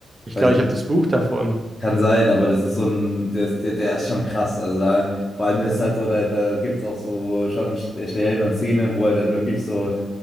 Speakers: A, on the right (about 25°); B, on the left (about 25°).
A: Ich
B: Weiß
A: glaube,
B: ich.
A: ich habe das Buch davon.
B: Kann sein, aber das ist so ein, der, ist- der, der ist schon krass. Also da, vor allem das ist halt so, da, da gibt es auch so schon Stellen und Szenen, wo halt dann wirklich so,